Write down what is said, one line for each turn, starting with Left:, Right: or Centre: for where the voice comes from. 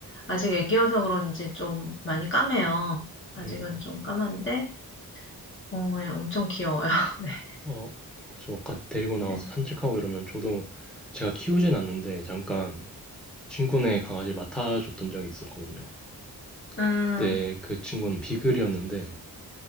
Left: 아직 애기여서 그런지 좀 많이 까매요. 아직은
Centre: 음,
Left: 좀 까만데, 어, 예, 엄청 귀여워요. <laughs>
Centre: 어, 그죠. 가, 데리고 나와서
Left: 네.
Centre: 산책하고 이러면 저도 제가 키우진 않는데 잠깐 친구네 강아지를 맡아줬던 적이 있었거든요.
Left: 음,
Centre: 그때 그 친구는 비글이었는데,